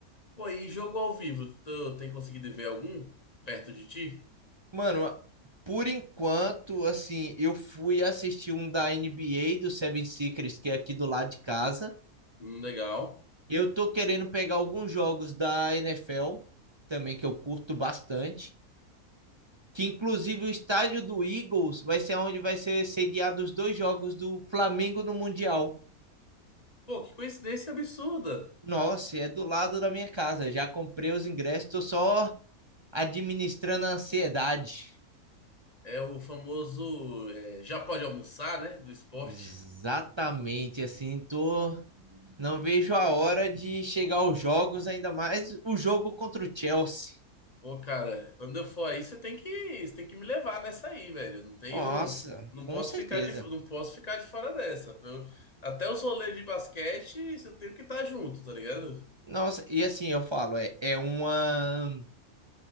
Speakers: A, on the left (about 30°); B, on the right (about 35°).
A: Pô, e jogo ao vivo, tu tem conseguido ver algum perto de ti?
B: Mano, a- por enquanto, assim, eu fui assistir um da NBA do Seven Secrets, que é aqui do lado de casa.
A: Hum, legal.
B: Eu tô querendo pegar alguns jogos da NFL, também que eu curto bastante. Que inclusive o estádio do Eagles vai ser onde vai ser sediado os dois jogos do Flamengo no Mundial.
A: Pô, que coincidência absurda.
B: Nossa, é do lado da minha casa. Já comprei os ingressos, tô só administrando a ansiedade.
A: É o famoso é, já pode almoçar, né? Do esporte.
B: Exatamente, assim, tô. Não vejo a hora de chegar aos jogos, ainda mais o jogo contra o Chelsea.
A: Pô, cara, quando eu for aí, você tem que, você tem que me levar nessa aí, velho. Eu Não tenho,
B: Nossa,
A: não
B: com
A: posso
B: certeza.
A: ficar de, não posso ficar de fora dessa. Eu- até os rolês de basquete, eu tenho que estar junto, tá ligado?
B: Nossa, e assim eu falo, é, é uma